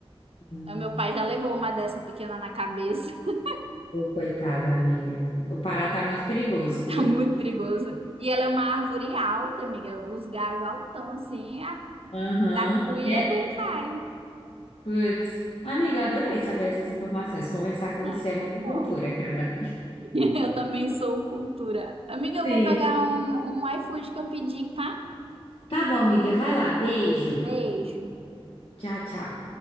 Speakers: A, on the left (about 65°); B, on the right (about 70°).
A: Hum.
B: O meu pai já levou uma dessa pequena na cabeça. <laughs>
A: Ô, coitado, amiga. O Pará tá muito perigoso, viu?
B: Tá muito perigoso. E ela é uma árvore alta, amiga. Os galhos altão, assim. A,
A: Aham.
B: da cuia,
A: É,
B: a cai.
A: putz. Amiga, eu adorei saber essas informações. Conversar com você
B: Ai,
A: é muita
B: que bom.
A: cultura, cara.
B: <laughs> Eu também sou cultura. Amiga, eu
A: Sim.
B: vou pegar um, um iFood que eu pedi, tá?
A: Tá bom, amiga. Vai lá. Beijo.
B: Beijo.
A: Tchau, tchau.